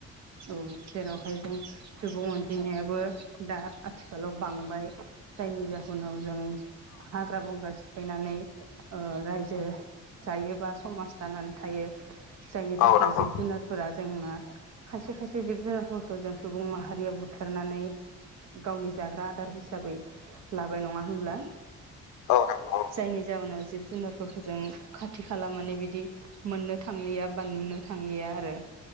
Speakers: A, on the right; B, on the left.
A: औ जेरावहाय जों सुबुं अनजिमायाबो दा आथिखालाव बांबाय जायनि जाहोनाव जों हाग्रा बंग्रा सिफायनानै ओ रायजो जायोबा समाज दानानै थायो जायनि
B: औ
A: थाखाय
B: नंगौ
A: जिब जुनारफोरा जोंना खायसे खायसे जिब जुना रफोरखौ जों सुबुं माहारिया बुथारनानै गावनि जाग्रा आदार हिसाबै लाबाय नङा होनब्ला?
B: औ नंगौ
A: जायनि जाउनाव जिब जुनारफोरखौ जों खाथि खाला माने बिदि मोननो थांलिया बा नुनो थांलिया आरो।